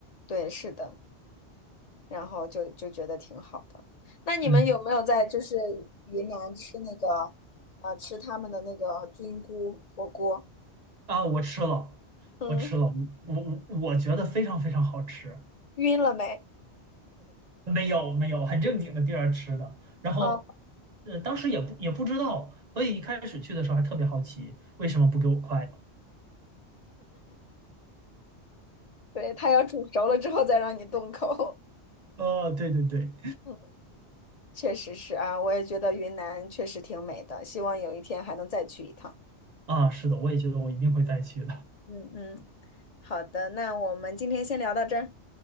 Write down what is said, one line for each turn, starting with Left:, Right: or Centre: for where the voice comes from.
Left: 对，是的。然后就就觉得挺好的。那你们有没有在就是云南吃那个
Right: 嗯
Left: 啊吃他们的那个菌菇火锅？
Right: 啊，我吃了，
Left: 嗯，
Right: 我吃了，我我我觉得非常非常好吃。
Left: 晕了没？
Right: 没有没有，很正经的地儿吃的。然后，
Left: 啊，
Right: 呃，当时也不也不知道，所以一开始去的时候还特别好奇，为什么不给我筷子？
Left: 对，它要煮熟了之后再让你动口。
Right: 哦，对对对，
Left: <laughs> 嗯，确实是啊，我也觉得云南确实挺美的，希望有一天还能再去一趟。
Right: 啊，是的，我也觉得我一定会再去的。
Left: 嗯嗯嗯嗯，好的，那我们今天先聊到这儿。